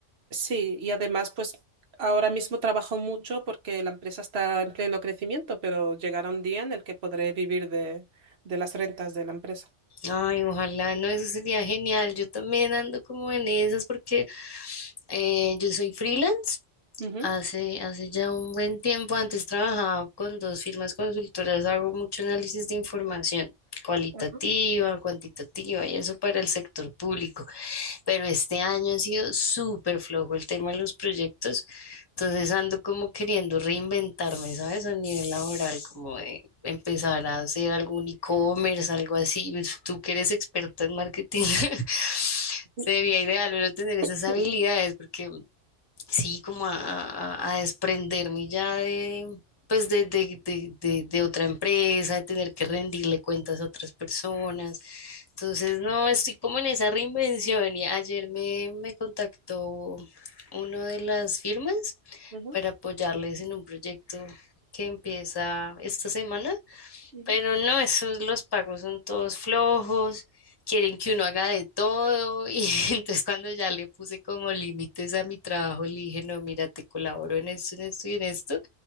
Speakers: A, on the right; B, on the left.
A: Sí, y además, pues ahora mismo trabajo mucho porque la empresa está en pleno crecimiento, pero llegará un día en el que podré vivir de, de las rentas de la empresa.
B: Ay, ojalá, no, eso sería genial. Yo también ando como en esas porque eh, yo soy freelance.
A: Ujú.
B: Hace, hace ya un buen tiempo, antes trabajaba con dos firmas consultoras, hago mucho análisis de información cualitativa,
A: Ajá.
B: cuantitativa y eso para el sector público, pero este año ha sido súper flojo el tema de los proyectos, entonces ando como queriendo reinventarme, ¿sabes? A nivel laboral, como de empezar a hacer algún e-commerce, algo así, Pues, tú que eres experta en marketing. <laughs>
A: <coughs>
B: Sería ideal uno tener esas
A: Sí.
B: habilidades porque sí, como a, a- a desprenderme ya de, pues de, de, de, de, de otra empresa, de tener que rendirle cuentas a otras personas. Entonces, no, estoy como en esa reinvención y ayer me, me contactó uno de las firmas
A: Ujú,
B: para apoyarles en un proyecto que empieza esta semana.
A: ujú.
B: Pero no, esos los pagos son todos flojos, quieren que uno haga de todo y <laughs> entonces cuando ya le puse como límites a mi trabajo, le dije, no, mira, te colaboro en esto, en esto y en esto.